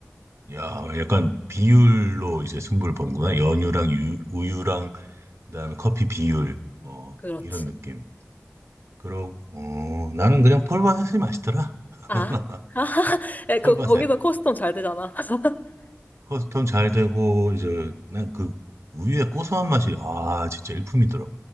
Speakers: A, on the right; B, on the left.
A: 야, 약간 비율로 이제 승부를 보는구나. 연유랑 유, 우유랑 그다음에 커피 비율, 어,
B: 그렇지.
A: 이런 느낌. 그러, 어, 나는 그냥 폴바셋이 맛있더라. <laughs>
B: 아? <laughs> 아,
A: 폴바셋.
B: 그, 거기서 커스텀 잘 되잖아. <laughs>
A: 커스텀 잘 되고 이제 난 그 우유의 고소한 맛이 아 진짜 일품이더라.